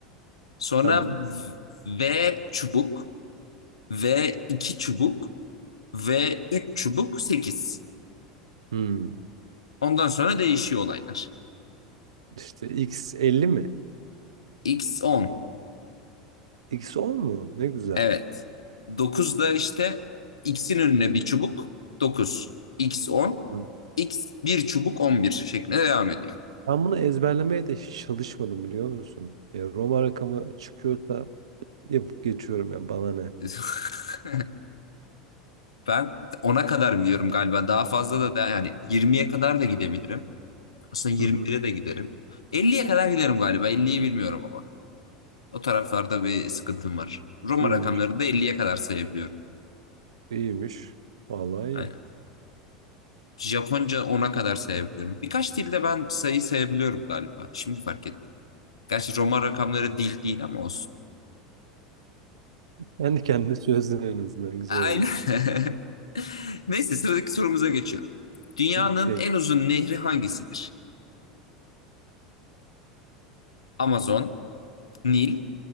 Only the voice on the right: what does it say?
Tamam.
Hmm.
İşte X 50 mi?
X 10 mu? Ne güzel.
Hı.
Ben bunu ezberlemeye de hiç çalışmadım biliyor musun? Ya Roma rakamı çıkıyorsa yapıp geçiyorum ya bana ne?
Hı hı.
İyiymiş,
iyiymiş. Vallahi iyi.
Kendi kendine çözdün en azından güzel
oldu.
Bek.